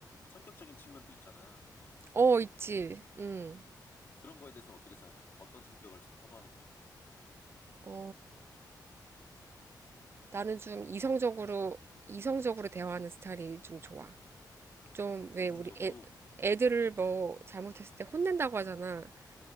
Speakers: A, on the left; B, on the right.
A: 성격적인 측면도 있잖아.
B: 어 있지. 음.
A: 음. 그런 거에 대해서는 어떻게 생각해? 어떤 성격을 좀 선호하는 편이야?
B: 어 나는 좀 이성적으로 이성적으로 대화하는 스타일이 좀 좋아. 좀 왜
A: 이성적으로?
B: 우리 애, 애들을 뭐 잘못했을 때 혼낸다고 하잖아. 그러니까